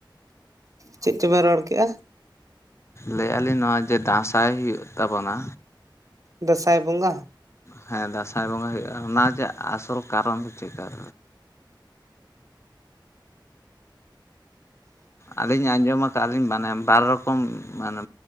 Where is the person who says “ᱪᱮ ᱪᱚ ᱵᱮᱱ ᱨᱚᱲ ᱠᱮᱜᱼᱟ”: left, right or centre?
Right